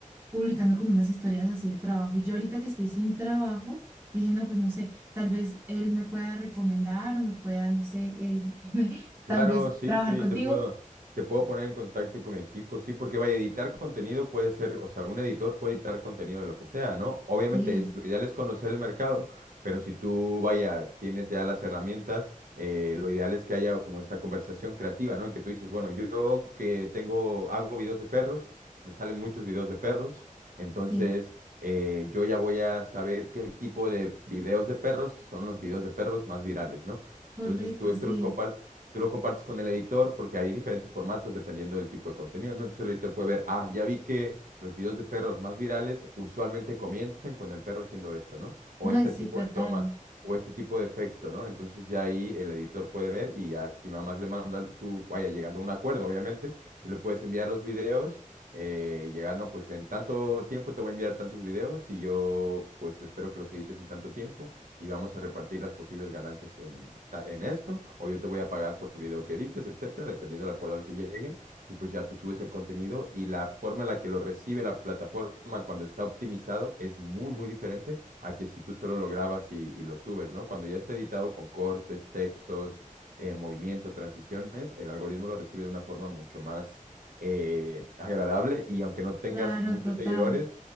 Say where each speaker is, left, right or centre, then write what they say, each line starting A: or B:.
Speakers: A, on the right (about 15°); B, on the right (about 80°).
A: publicando como unas historias así de trabajo y yo ahorita que estoy sin trabajo, dije, no, pues no sé, tal vez él me pueda recomendar o me pueda, no sé, eh, <laughs>
B: Claro,
A: tal vez
B: sí,
A: trabajar
B: sí,
A: contigo.
B: te puedo, te puedo poner en contacto con mi equipo, sí, porque vaya, editar contenido puede ser, o sea, un editor puede editar contenido de lo que sea, ¿no? Obviamente
A: Sí,
B: es, lo ideal es conocer el mercado, pero si tú, vaya, tienes ya las herramientas, eh, lo ideal es que haya como esta conversación creativa, ¿no? En que tú dices, bueno, yo, yo que tengo, hago videos de perros, me salen muchos videos de perros, entonces
A: sí,
B: eh, yo ya voy a saber qué tipo de videos de perros son los videos de perros más virales, ¿no?
A: correcto,
B: Entonces tú esto
A: sí.
B: los compartes Tú lo compartes con el editor porque hay diferentes formatos dependiendo del tipo de contenido, ¿no? Entonces el editor puede ver, ah, ya vi que los videos de perros más virales usualmente comienzan con el perro haciendo esto, ¿no? O este
A: Ay, sí,
B: tipo
A: total.
B: de toma, o este tipo de efecto, ¿no? Entonces ya ahí el editor puede ver y ya tú nada más le mandas, tú, vaya, llegando a un acuerdo, obviamente, tú le puedes enviar los videos eh, llegar, no, pues en tanto tiempo te voy a enviar tantos videos y yo pues espero que los edites en tanto tiempo y vamos a repartir las posibles ganancias en, ta- en esto, o yo te voy a pagar por el video que edites, etcétera, dependiendo del acuerdo al que lleguen, y pues ya tú subes el contenido y la forma en la que lo recibe la plataforma cuando está optimizado es muy, muy diferente a que si tú solo lo grabas y, y lo subes, ¿no? Cuando ya está editado con cortes, textos, eh, movimiento, transiciones, el algoritmo lo recibe de una forma mucho más eh, agradable y aunque no tengas
A: Claro,
B: muchos
A: total.
B: seguidores,